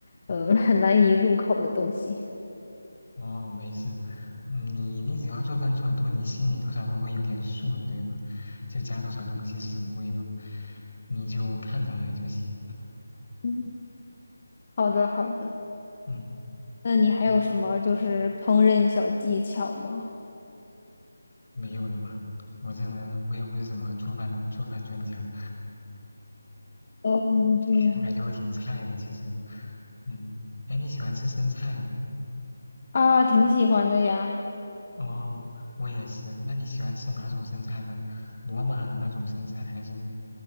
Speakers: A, on the left; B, on the left.
A: 嗯，<laughs> 很难以入口的东西。
B: 哦，没事，嗯，你你只要做饭做得多，你心里多少都会有点数的，对吧？就加多少东西是什么味道，你就看着来就行，
A: 嗯好的，好的。
B: <laughs> 嗯
A: 那你还有什么就是烹饪小技巧吗？
B: 嗯，没有了吧？我这人我也不是什么做饭做饭专家，
A: 哦，
B: <laughs>
A: 这样。
B: 我感觉我挺菜的其实，嗯，哎，你喜欢吃生菜吗？
A: 啊，挺喜欢的呀。
B: 哦，我也是。那你喜欢吃哪种生菜呢？罗马那种生菜，还是